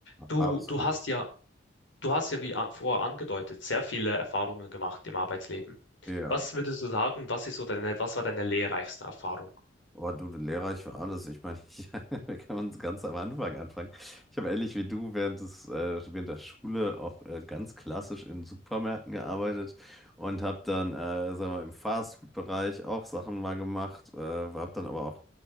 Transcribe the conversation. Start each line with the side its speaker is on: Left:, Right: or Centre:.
Left: Du,
Centre: absolut.
Left: du hast ja Du hast ja, wie a- vorher angedeutet, sehr viele Erfahrungen gemacht im Arbeitsleben.
Centre: Ja,
Left: Was würdest du sagen, was ist so deine, was war deine lehrreichste Erfahrung?
Centre: Oh, du, du Lehrer, ich war alles. Ich meine, ich, <laughs> wir können uns ganz am Anfang anfangen. Ich habe ähnlich wie du während des, äh, während der Schule auch äh, ganz klassisch in Supermärkten gearbeitet und habe dann, äh, sagen wir, im Fastfood-Bereich auch Sachen mal gemacht, äh, habe dann aber auch